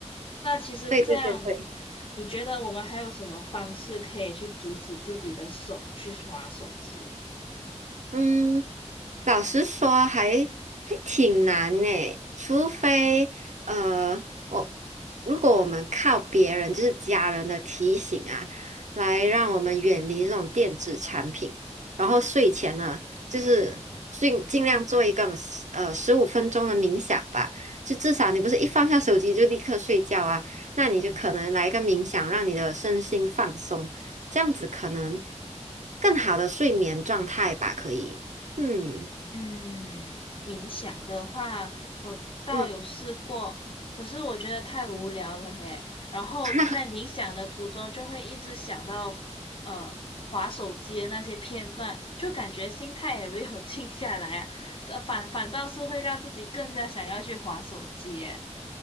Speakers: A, on the left (about 45°); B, on the right (about 80°).
A: 那其实这样，
B: 对对对对，
A: 你觉得我们还有什么方式可以去阻止自己的手去耍手机啊
B: 嗯。老实说还，还挺难呢。除非呃，我如果我们靠别人，就是家人的提醒啊，来让我们远离这种电子产品，然后睡前呢，就是尽尽量做一个呃十五分钟的冥想吧，就至少你不是一放下手机就立刻睡觉啊，那你就可能来一个冥想，让你的身心放松，这样子可能更好的睡眠状态吧，可以。嗯。
A: 嗯，冥想的话，我倒有试过，
B: 嗯，
A: 可是我觉得太无聊了耶。然后在冥想的途中，
B: <laughs>
A: 就会一直想到呃划手机的那些片段，就感觉心态也没有 <laughs> 静下来啊，呃反反倒是会让自己更加想要去划手机耶。